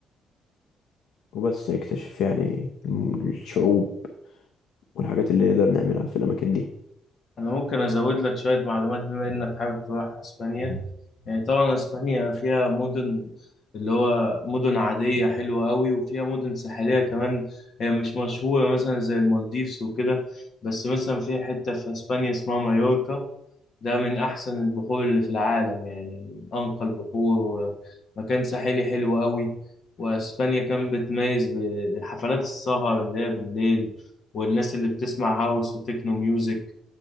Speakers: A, on the left; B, on the left.
A: وبس نكتشف يعني الم- الشعوب والحاجات اللي نقدر نعملها في الأماكن دي
B: انا ممكن ازود لك شوية معلومات بما انك حابب تروح اسبانيا يعني طبعا اسبانيا فيها مدن اللي هو مدن عادية حلوة قوي وفيها مدن ساحلية كمان هي مش مشهورة مثلا زي المالديفز وكده بس مثلا في حتة في اسبانيا اسمها مايوركا ده من أحسن البحور اللي في العالم يعني من أنقى البحور ومكان ساحلي حلو قوي وأسبانيا كان بتميز بحفلات السهر اللي هي بالليل والناس اللي بتسمع هاوس وتكنو ميوزك